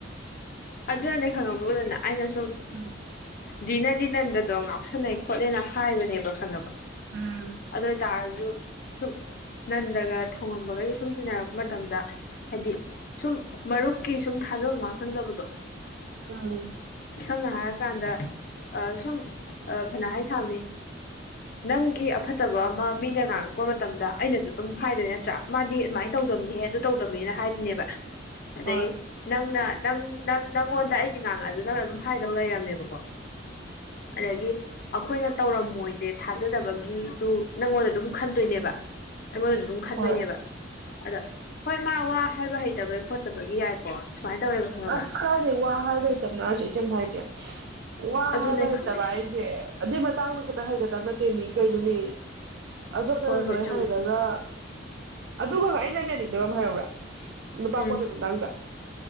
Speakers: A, on the left; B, on the right.
A: ꯑꯗꯨ ꯑꯅꯦ ꯈꯪꯉꯅꯕ ꯀꯣꯅ ꯑꯩ ꯅꯁꯨꯨꯝ
B: ꯎꯝ
A: ꯗꯤꯅꯗꯤ ꯅꯟꯗꯗꯣ ꯉꯥꯎꯁꯟꯅꯩ ꯈꯣꯠꯂꯦꯅ ꯍꯥꯏꯕꯅꯦꯕ ꯈꯪꯉꯕ
B: ꯎꯝ
A: ꯑꯗꯨꯏ ꯇꯥꯔꯁꯨ ꯑꯗꯨ ꯁꯨꯝ ꯅꯟꯗꯒ ꯊꯣꯉꯝꯕꯒꯒꯤ ꯁꯨꯝ ꯇꯤꯟꯅꯔꯛꯄ ꯃꯇꯝꯗ ꯍꯥꯏꯗꯤ ꯁꯨꯝ ꯃꯔꯨꯞꯀꯤ ꯁꯨꯝ ꯊꯥꯖꯕ ꯃꯥꯡꯍꯟꯗꯕ ꯗꯣ
B: ꯎꯝ
A: ꯁꯝꯅ ꯍꯥꯏꯔꯀꯥꯟꯗ ꯁꯨꯝ ꯐꯥꯅ ꯍꯥꯏ ꯁꯥꯕꯅꯤ ꯅꯪꯒꯤ ꯑꯐꯠꯇꯕ ꯑꯃ ꯃꯤꯅ ꯉꯥꯡꯉꯛꯄ ꯃꯇꯝꯗ ꯑꯩꯅꯁꯨ ꯑꯗꯨꯝ ꯍꯥꯏꯗꯣꯏ ꯅꯠꯇ꯭ꯔꯥ ꯃꯥꯗꯤ ꯑꯗꯨꯃꯥꯏꯅ ꯇꯧꯗꯝꯅꯤꯍꯦ ꯑꯗꯨ ꯇꯧꯗꯝꯅꯤꯅ ꯍꯥꯏꯗꯣꯏꯅꯦꯕ ꯑꯗꯩ
B: ꯍꯣꯏ
A: ꯅꯪꯅ ꯅꯪ ꯅꯪ ꯅꯪꯉꯣꯟꯗ ꯑꯩꯒꯤ ꯉꯥꯡꯉꯛꯑ ꯑꯗꯨ ꯅꯪꯅ ꯑꯗꯨꯝ ꯍꯥꯏꯗꯧ ꯂꯩꯔꯝꯃꯦꯕꯀꯣ ꯑꯗꯒꯤ ꯑꯩꯈꯣꯏꯅ ꯇꯧꯔꯝꯃꯣꯏꯁꯦ ꯊꯥꯖꯗꯕꯒꯤꯖꯨ ꯅꯪꯉꯣꯟꯗ ꯑꯗꯨꯝ ꯈꯟꯗꯣꯏꯅꯦꯕ ꯑꯩꯉꯣꯟꯗ ꯑꯗꯨꯝ ꯈꯟꯗꯣꯏꯅꯦꯕ
B: ꯍꯣꯏ
A: ꯑꯗ ꯍꯣꯏ ꯃꯥ ꯋꯥ ꯍꯥꯏꯕ ꯍꯩꯇꯕꯒꯤ ꯈꯣꯠꯇꯕꯒꯤ ꯌꯥꯏꯀꯣ ꯁꯨꯃꯥꯏ ꯇꯧꯋꯦꯕ ꯈꯪꯉꯕ
B: ꯑꯁ ꯀꯥꯏꯗꯩ ꯋꯥ ꯍꯥꯏꯕ ꯍꯩꯇꯕꯅ ꯍꯥꯏꯁꯦ ꯑꯩ ꯀꯩꯝ ꯍꯥꯏꯒꯦ ꯋꯥ
A: ꯑꯗꯨꯅꯦ
B: ꯍꯥꯏꯕ ꯍꯩꯇꯕ
A: ꯈꯪꯗꯦ
B: ꯍꯥꯏꯁꯦ ꯑꯗꯨꯏ ꯃꯇꯥꯡꯗ ꯈꯛꯇ ꯍꯥꯏꯒꯗꯕ ꯅꯠꯇꯦ ꯃꯤ ꯀꯩꯅꯣꯅꯦ ꯑꯗꯣꯝꯗꯅ
A: ꯍꯣꯏ ꯍꯣꯏ
B: ꯂꯣꯏ
A: ꯆꯨꯝꯃꯦ
B: ꯍꯩꯔꯒ ꯑꯗꯨꯒ ꯑꯩꯅ ꯌꯥꯅꯤꯡꯗꯕ ꯑꯃ ꯍꯥꯏꯔꯛꯎꯔ ꯅꯨꯄꯥ
A: ꯎꯝ
B: ꯀꯣꯏꯕꯩ ꯃꯇꯥꯡꯗ